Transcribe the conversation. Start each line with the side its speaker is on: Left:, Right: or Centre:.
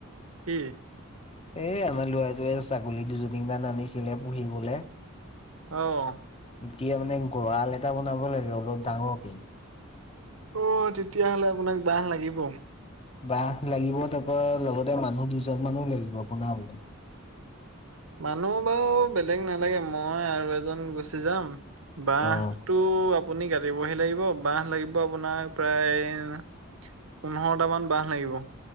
Right: কি
Left: এ আমাৰ ল'ৰাটোৱে ছাগলী দুজনীমান আনিছিলে পুহিবলে
Right: অ
Left: এতিয়া মানে গঁৰাল এটা বনাব লাগে অলপ ডাঙৰকে
Right: অ তেতিয়াহ'লে আপোনাক বাহ লাগিব
Left: বাহ লাগিব তাৰপৰা লগতে মানুহ দুজন মানোও লাগিব বোনাবলে
Right: মানুহ বাৰু বেলেগ নালাগে মই আৰু এজন গুচি যাম বাহ
Left: অ'
Right: টো আপুনি কাটিবহি লাগিব বাহ লাগিব আপোনাক প্ৰায় পোন্ধৰটা মান বাহ লাগিব